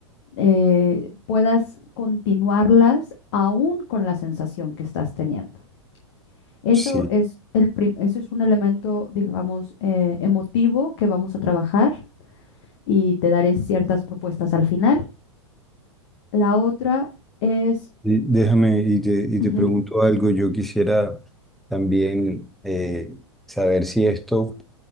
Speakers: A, on the left; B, in the centre.
A: eh, puedas continuarlas aún con la sensación que estás teniendo. Eso
B: Sí.
A: es el prim- eso es un elemento, digamos, eh, emotivo que vamos a trabajar y te daré ciertas propuestas al final. La otra es,
B: Y déjame y te, y
A: ujú,
B: te pregunto algo. Yo quisiera también eh, saber si esto